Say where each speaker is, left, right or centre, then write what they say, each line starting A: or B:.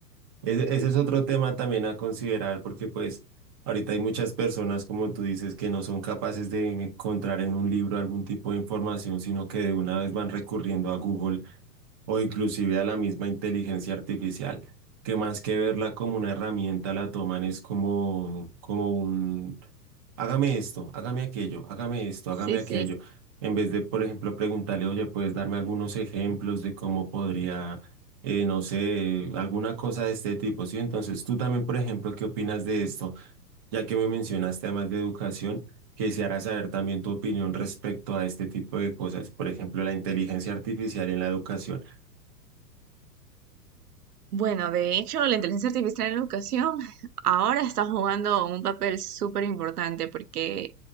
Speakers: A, on the right (about 15°); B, on the right (about 65°).
A: Ese, ese es otro tema también a considerar porque pues ahorita hay muchas personas, como tú dices, que no son capaces de encontrar en un libro algún tipo de información, sino que de una vez van recurriendo a Google o inclusive a la misma inteligencia artificial, que más que verla como una herramienta, la toman es como, como un, hágame esto, hágame aquello, hágame esto,
B: Sí,
A: hágame aquello,
B: sí.
A: en vez de, por ejemplo, preguntarle, oye, ¿puedes darme algunos ejemplos de cómo podría, eh, no sé, alguna cosa de este tipo? Sí, entonces tú también, por ejemplo, ¿qué opinas de esto? Ya que me mencionaste además de educación, quisiera saber también tu opinión respecto a este tipo de cosas, por ejemplo, la inteligencia artificial en la educación.
B: Bueno, de hecho, la inteligencia artificial en la educación ahora está jugando un papel súper importante porque